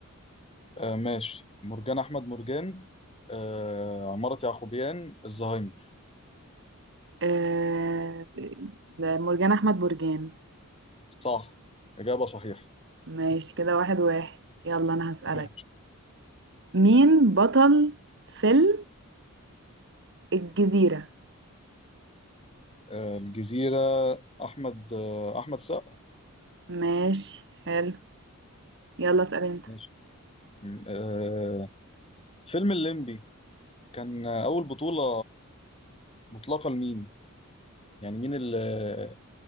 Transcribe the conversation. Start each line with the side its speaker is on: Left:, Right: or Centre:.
Left: آه ماشي مرجان أحمد مرجان آه عمارة يعقوبيان الزهايمر
Right: آه... مرجان احمد برجان
Left: صح إجابة صحيحة
Right: ماشي كده واحد واحد يلا انا هسألك
Left: ماشي
Right: مين بطل فيلم الجزيرة
Left: آه، الجزيرة أحمد آه، أحمد سقا
Right: ماشي حلو يلا اسأل انت
Left: ماشي م- آه، فيلم الليمبي كان آه، أول بطولة مطلقة لمين؟ يعني مين اللي